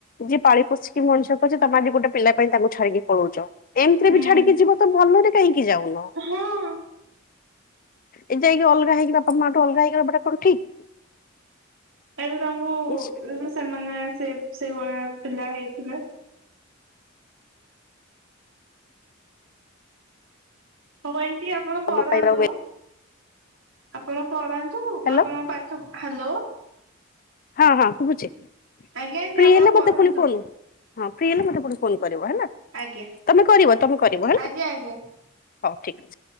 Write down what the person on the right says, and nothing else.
ହୁଁ
ହଁ।
ଏ ପ୍ରଭୁ ତ
ଯଦି ସେମାନେ ସେ ସେଇଭଳିଆ ପିଲା ହେଇଥିବେ। କଣ ଏମତି ଆପଣ
ପରାନ୍ତୁ।
ଆପଣ ପଳାନ୍ତୁ
ଆପଣ ପାଖ ହାଲୋ
ଆଜ୍ଞା ଆଣ୍ଟି
ଆପଣ
ପଢାନ୍ତୁ
ଆଜ୍ଞା
ଆଜ୍ଞା, ଆଜ୍ଞା।